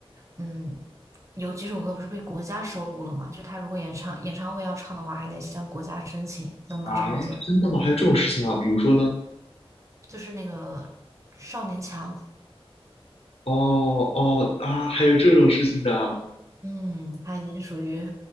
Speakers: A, on the right (about 30°); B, on the left (about 70°).
A: 嗯，有几首歌不是被国家收录了吗？就他如果演唱演唱会要唱的话，还得向国家申请能不能唱这些。
B: 啊，真的吗？还有这种事情啊？比如说呢？
A: 就是那个少年强，
B: 哦哦啊，还有这种事情的啊
A: 嗯，他已经属于